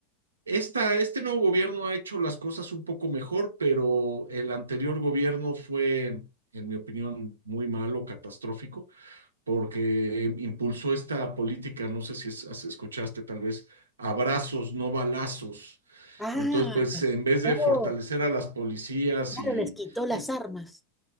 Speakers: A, on the right; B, in the centre.
A: Esta, este nuevo gobierno ha hecho las cosas un poco mejor, pero el anterior gobierno fue, en mi opinión, muy malo, catastrófico, porque impulsó esta política, no sé si es- as- escuchaste tal vez, abrazos, no balazos.
B: Ah,
A: Entonces, pues en vez
B: oh,
A: de fortalecer a las policías
B: claro,
A: y,
B: les quitó las
A: y,
B: armas.